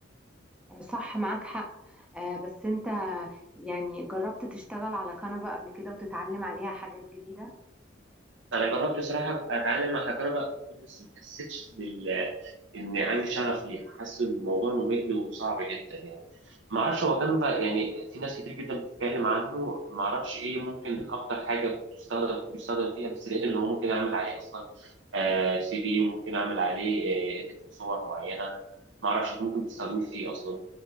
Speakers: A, in the centre; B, on the right.
A: صح معاك حق آه، بس انت يعني جربت تشتغل على كانفا قبل كده وتتعلم عليها حاجات جديدة
B: انا جربت بصراحه أبقى اتعلم على كهرباء بس ما حسيتش ان ال- ان عندي شغف ليها حاسس ان الموضوع ممل وصعب جدا يعني ما اعرفش هو كان بقى يعني في ناس كتير جدا بتتكلم عنه ما اعرفش ايه ممكن اكتر حاجه بتستخدم بيستخدم فيها بس لقيت ان هو ممكن اعمل عليه اصلا آه سي في وممكن اعمل عليه آه اديت لصور معينه ما اعرفش انت ممكن تستخدميه في ايه اصلا